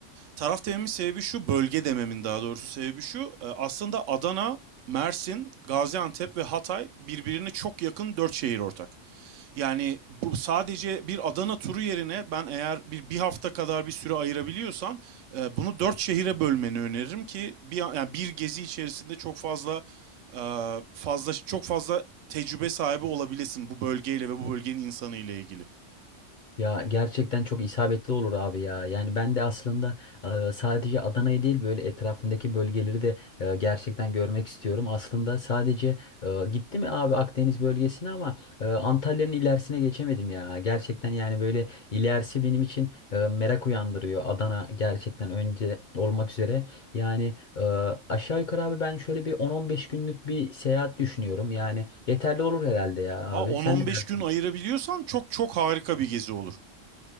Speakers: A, on the right; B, on the left.
A: Taraf dememin sebebi şu, bölge dememin daha doğrusu sebebi şu. e, Aslında Adana, Mersin, Gaziantep ve Hatay birbirine çok yakın dört şehir ortak. Yani bu sadece bir Adana turu yerine ben eğer bir bir hafta kadar bir süre ayırabiliyorsan e, bunu dört şehire bölmeni öneririm ki bir yani bir gezi içerisinde çok fazla e, fazla çok fazla tecrübe sahibi olabilesin bu bölgeyle ve bu bölgenin insanı ile ilgili.
B: Ya gerçekten çok isabetli olur abi ya. Yani ben de aslında e, sadece Adana'yı değil böyle etrafındaki bölgeleri de e, gerçekten görmek istiyorum. Aslında sadece e, gitti mi abi Akdeniz bölgesine ama e, Antalya'nın ilerisine geçemedim ya. Gerçekten yani böyle ilerisi benim için e, merak uyandırıyor. Adana gerçekten önce olmak üzere. Yani e, aşağı yukarı abi ben şöyle bir 10-15 günlük bir seyahat düşünüyorum. Yani yeterli olur herhalde ya
A: Aa
B: abi.
A: 10-15
B: Sen ne dersin?
A: gün ayırabiliyorsan çok çok harika bir gezi olur.